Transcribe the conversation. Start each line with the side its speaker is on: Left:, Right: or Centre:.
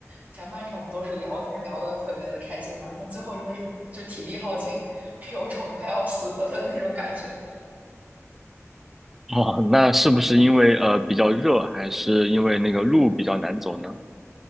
Right: 前半程我们都是聊天聊得特别的开心的，但最后真的是就体力耗尽，<laughs> 有种快要死了的那种感觉。
Centre: 哦，那是不是因为呃比较热，还是因为那个路比较难走呢？